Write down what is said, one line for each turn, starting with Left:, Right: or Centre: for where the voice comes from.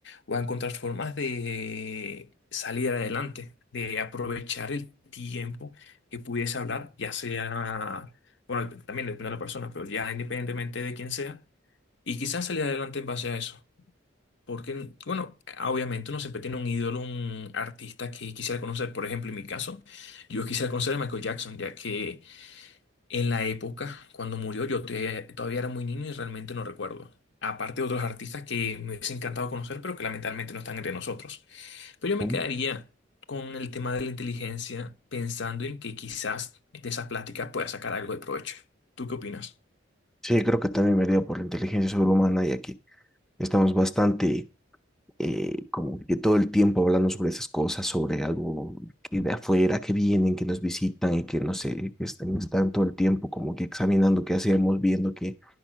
Left: o a encontrar formas de salir adelante, de aprovechar el tiempo que pudiese hablar, ya sea, bueno, también depende de la persona, pero ya independientemente de quién sea, y quizás salir adelante en base a eso. Porque, bueno, obviamente uno siempre tiene un ídolo, un artista que quisiera conocer. Por ejemplo, en mi caso, yo quisiera conocer a Michael Jackson, ya que en la época, cuando murió, yo te- todavía era muy niño y realmente no recuerdo. Aparte de otros artistas que me hubiese encantado conocer, pero que lamentablemente no están entre nosotros. Pero yo me
Centre: ¿no?
Left: quedaría con el tema de la inteligencia, pensando en que quizás de esas pláticas pueda sacar algo de provecho. ¿Tú qué opinas?
Centre: Sí, creo que también me dio por la inteligencia sobrehumana y aquí estamos bastante eh, como que todo el tiempo hablando sobre esas cosas, sobre algo que de afuera, que vienen, que nos visitan y que no sé, que están, están todo el tiempo como que examinando qué hacemos, viendo que,